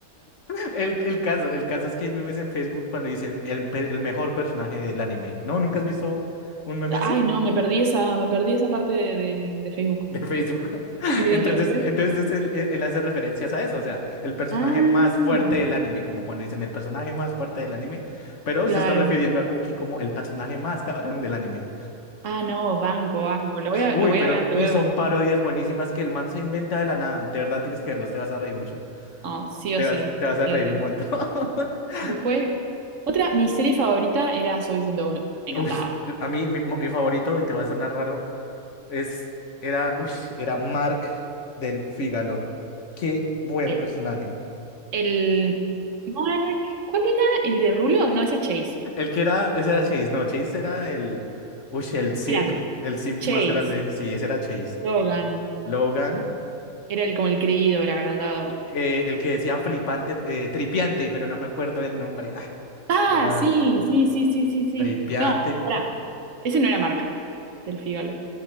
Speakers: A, on the left (about 60°); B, on the right (about 65°).
A: <laughs> el, el caso, el caso es que hay memes en Facebook cuando dicen el, pe- el mejor personaje del anime. ¿No? ¿Nunca has visto un meme así?
B: Ay, no, me perdí esa, me perdí esa parte de, de- de Facebook,
A: De Facebook. <laughs>
B: evidentemente.
A: Entonces, entonces él, él- él hace referencias a eso. O sea, el personaje
B: Ah,
A: más fuerte del anime, como cuando dicen el personaje más fuerte del anime, pero
B: claro.
A: se está refiriendo a Cookie como el personaje más cabrón del anime.
B: Ah, no, banco, banco. Lo voy a,
A: Uy,
B: lo voy
A: pero
B: a ver, lo
A: y
B: voy a
A: son
B: ver.
A: parodias buenísimas que el man se inventa de la nada. De verdad tienes que verlos, te vas a reír mucho.
B: No, sí
A: Te
B: o sí,
A: vas, te vas a
B: sí
A: reír
B: o sí.
A: un montón. <laughs>
B: Después, otra, mi serie favorita era Soy 101. Me encantaba.
A: Uy, a mí mi, mi favorito, y te va a sonar raro, es, era, uy, era Mark del Fígalo. Qué buen
B: Eh,
A: personaje.
B: El Mark, ¿cuál era el de Rulo? No, esa es Chase.
A: El que era, ese era Chase, no, Chase era el, uy, el simp,
B: Eran
A: el simp
B: Chase,
A: más grande, sí, ese era Chase.
B: Logan,
A: Logan,
B: era el como el creído, el agrandado.
A: eh, el que decía flipante, eh, tripiante, pero no me acuerdo el nombre. Ah,
B: Ah,
A: era-
B: sí, sí, sí, sí, sí, sí.
A: Tripiante.
B: No, pará. Ese no era Mark, del Fígalo.